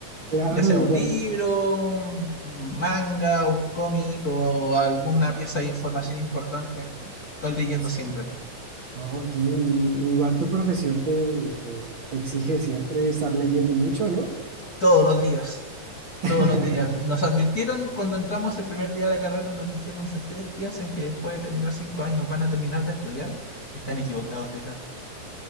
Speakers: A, on the right (about 45°); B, on the left (about 40°).
A: Claro,
B: Ya sea
A: igual,
B: un libro, un manga, un cómic o alguna pieza de información importante. Estoy leyendo
A: sí.
B: siempre,
A: no, Ok, igual tu profesión te, te, te exige siempre estar leyendo mucho, ¿no?
B: todos los días.
A: <laughs>
B: Todos los días. Nos advirtieron cuando entramos el primer día de la carrera, nos dijeron, si ustedes piensan que después de terminar cinco años van a terminar de estudiar, están equivocados de carrera.